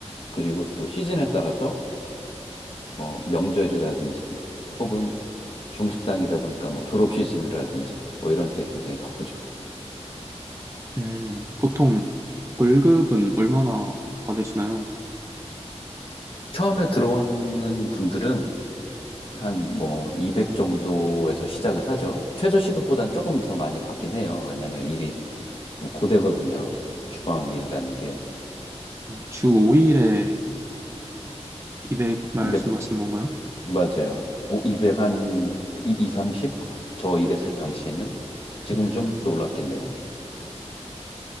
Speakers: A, on the left; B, on the right.
A: 그리고 또 시즌에 따라서 뭐 명절이라든지 혹은 중식당이다 보니까 뭐 졸업 시즌이라든지 뭐 이런 때 굉장히 바쁘죠.
B: 음, 보통 월급은 얼마나 받으시나요?
A: 처음에 들어오는 분들은 한 뭐 200 정도에서 시작을 하죠. 최저시급보단 조금 더 많이 받긴 해요. 왜냐면 일이 좀 고되거든요. 주방 일이라는 게.
B: 주 5일에 200 말씀하시는
A: 근데
B: 건가요?
A: 맞아요. 200 한 2, 30? 저 일했을 당시에는 지금은
B: 음,
A: 좀 더 올랐겠네요.